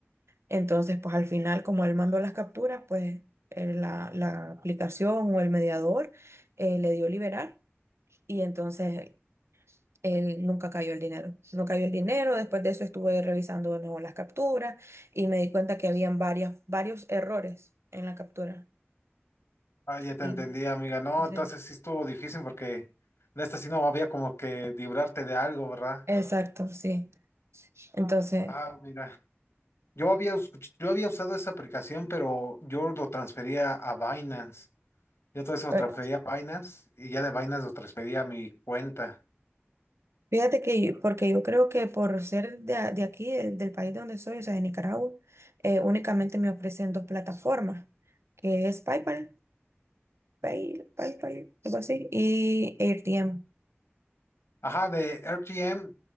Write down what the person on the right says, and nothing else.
Entonces, pues al final, como él mandó las capturas, pues eh, la, la aplicación o el mediador eh, le dio liberar. Y entonces él nunca cayó el dinero. No cayó el dinero, después de eso estuve revisando de nuevo las capturas y me di cuenta que habían varias, varios errores en la captura.
Y
dice,
exacto, sí. Entonces,
eh,
fíjate que yo- porque yo creo que por ser de, a- de aquí, del, del país donde soy, o sea, de Nicaragua, eh, únicamente me ofrecen dos plataformas, que es PayPal, Pay, PayPal, algo así, y AirTM.